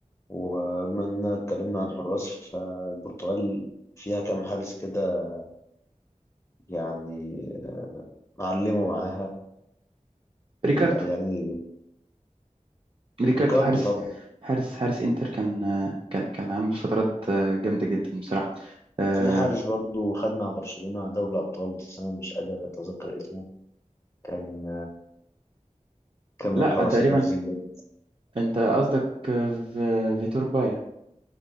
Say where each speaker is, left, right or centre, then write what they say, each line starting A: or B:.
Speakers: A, on the left; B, on the right.
A: وبما اننا اتكلمنا عن حراس فالبرتغال فيها كام حارس كده يعني معلموا معاها
B: ريكاردو
A: ال- يعني
B: ريكاردو
A: ريكاردو
B: حارس
A: طبعا
B: حارس حارس انتر كان آه، كان كان عامل فترات آه، جامدة جدا بصراحة آه،
A: في حارس برضو خد مع برشلونة دوري الأبطال بس أنا مش قادر أتذكر اسمه كان كان من
B: لا
A: الحراس
B: تقريبا
A: البارزين برضو
B: انت قصدك في فيتور بايا